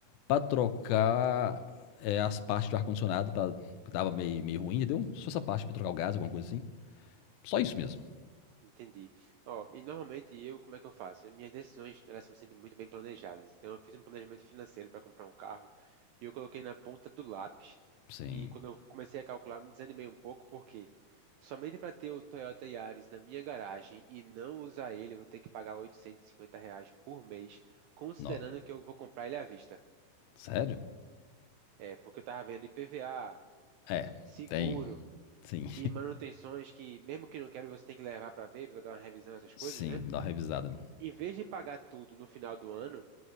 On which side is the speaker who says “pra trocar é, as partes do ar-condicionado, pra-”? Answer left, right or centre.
Left